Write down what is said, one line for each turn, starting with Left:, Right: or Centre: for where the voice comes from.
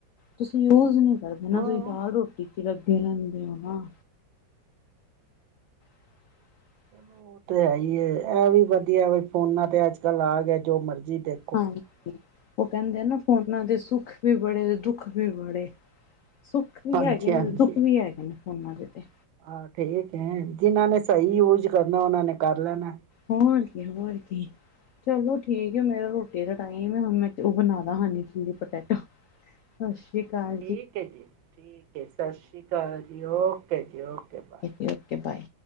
Left: ਤੁਸੀਂ ਰੋਜ਼ ਨੀ ਐਦੇ ਨਾ
Right: ਹਾਂ
Left: ਤੁਹੀ ਦਾਲ-ਰੋਟੀ ਚ ਲੱਗੇ ਰੈਂਦੇ ਹੋ ਨਾ। <inaudible>
Right: ਚਲੋ ਉਹ ਤੇ ਐਈਏ ਐ ਵੀ ਵਧੀਆ ਫੋਨਾ ਤੇ ਅੱਜ-ਕੱਲ ਆ ਗੇਆ ਜੋ ਮਰਜੀ ਦੇ
Left: ਹਾਂ ਓ ਕੈਂਦੇ ਨਾ ਫੋਨਾਂ ਦੇ ਸੁੱਖ ਵੀ ਬੜੇ ਤੇ ਦੁੱਖ ਵੀ ਬੜੇ ਸੁੱਖ ਵੀ
Right: ਹਾਂਜੀ
Left: ਹੈਗੇ ਨੇ
Right: ਹਾਂਜੀ
Left: ਦੁੱਖ ਵੀ ਹੈਗੇ ਨੇ ਫੋਨਾਂ ਦੇ ਤੇ।
Right: ਹਾਂ ਠੀਕ ਐ ਜੀਨਾ ਨੇ ਸਈ ਯੂ੍ਜ ਕਰਨਾ ਓਨਾਂ ਨੇ ਕਰ ਲੈਣਾ ਐ
Left: ਹੋਰ ਕੀ ਏ ਹੋਰ ਕੀਏ। ਚਲੋ ਠੀਕ ਏ ਮੇਰਾ ਰੋਟੀ ਦਾ ਟਾਈਮ ਐ ਹੁਨ ਮੈਂ ਓ ਬਣਾਲਾ ਹਨੀ ਫੂਡ ਪੈਟੈਟੋ। ਸ਼ਸ਼ੀ ਕਾਲ
Right: ਠੀਕ ਏ ਜੀ ਠੀਕ ਏ ਸ਼ਸ਼ੀ ਕਾਲ ਜੀ ਓਕੇ ਜੀ ਓਕੇ ਬਾਏ।
Left: Okay bye.